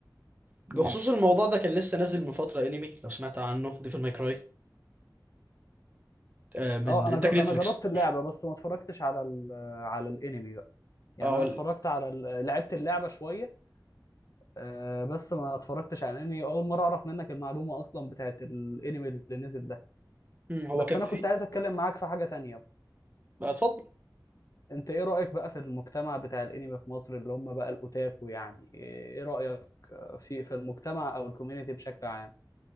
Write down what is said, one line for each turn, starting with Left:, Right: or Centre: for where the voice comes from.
Right: بخصوص
Left: امم
Right: الموضوع ده كان لسه نازل من فتره انمي لو سمعت عنه ديفل ماي كراي آه من
Left: اه
Right: انتاج
Left: انا جر...
Right: نتفليكس
Left: انا جربت اللعبه بس ما اتفرجتش على ال... على الانمي بقى يعني
Right: اه هو
Left: انا
Right: ال-
Left: اتفرجت على ال... لعبت اللعبه شويه آه بس ما اتفرجتش على الانمي اول مره اعرف منك المعلومه اصلا بتاعت الانمي اللي نزل ده
Right: مم، هو
Left: بس
Right: كان
Left: انا
Right: في
Left: كنت عايز اتكلم معاك في حاجة تانية
Right: آه، اتفضل
Left: انت ايه رأيك بقى في المجتمع بتاع الانمي في مصر اللي هم بقى الاوتاكو يعني ايه رأيك في في المجتمع او الكوميونتي بشكل عام